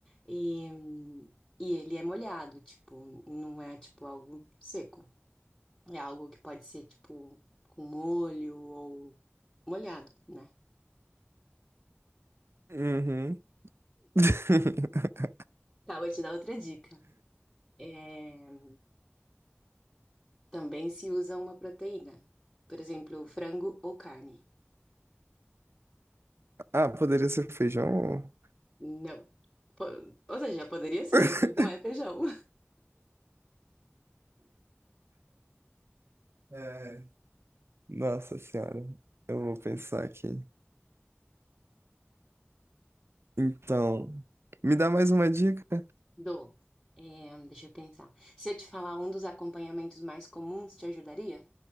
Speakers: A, on the left; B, on the right.
A: E, e ele é molhado, tipo, não é tipo algo seco. É algo que pode ser tipo com molho ou molhado, né?
B: Uhum. <laughs>
A: Tá, vou te dar outra dica. É, também se usa uma proteína. Por exemplo, frango ou carne.
B: Ah, poderia ser feijão?
A: Não. Po- Ou seja, poderia ser,
B: <laughs>
A: né? Mas Não é feijão.
B: É, Nossa senhora, eu vou pensar aqui. Então, me dá mais uma dica?
A: <laughs> Do. É, deixa eu pensar. Se eu te falar um dos acompanhamentos mais comuns, te ajudaria?